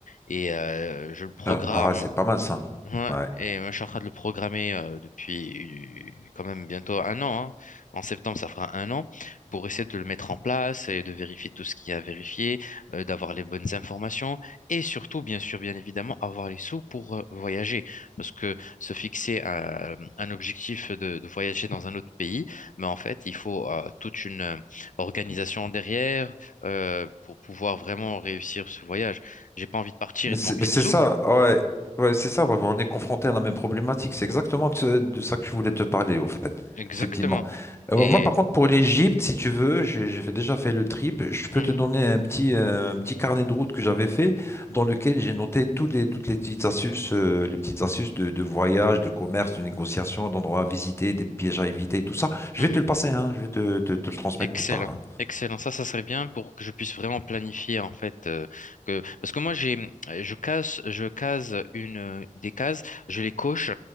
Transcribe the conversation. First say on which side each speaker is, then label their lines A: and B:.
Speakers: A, on the left; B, on the left.
A: Et euh, je le programme,
B: Ah, ah, c'est pas mal ça.
A: Ouais,
B: Ouais.
A: et moi je suis en train de le programmer euh, depuis euh, quand même bientôt un an. hein. En septembre, ça fera un an pour essayer de le mettre en place et de vérifier tout ce qu'il y a à vérifier, euh, d'avoir les bonnes informations et surtout, bien sûr, bien évidemment, avoir les sous pour euh, voyager. Parce que se fixer un, un objectif de, de voyager dans un autre pays, mais en fait, il faut euh, toute une euh, organisation derrière euh, pour pouvoir vraiment réussir ce voyage. J'ai pas envie de partir
B: Mais
A: et de
B: c'est
A: manquer
B: mais c'est
A: de sous.
B: ça, ouais, ouais, c'est ça, ouais, on est confronté à la même problématique. C'est exactement de, ce- de ça que je voulais te parler, au fait,
A: Exactement.
B: effectivement. Euh,
A: Et
B: moi, par contre, pour l'Égypte, si tu veux, j'ai j'ai fait- déjà fait le trip. Je peux
A: Mhm,
B: te donner un petit, euh, un petit carnet de route que j'avais fait, dans lequel j'ai noté toutes les, toutes les petites astuces, euh, les petites astuces de, de voyage, de commerce, de négociation, d'endroits à visiter, des pièges à éviter, tout ça. Je
A: mhm.
B: vais te le passer, hein, je vais te, te- te le transmettre
A: Excellent,
B: plus tard. hein.
A: excellent. Ça, ça serait bien pour que je puisse vraiment planifier en fait euh, que parce que moi j'ai euh, je casse je case une euh, des cases, je les coche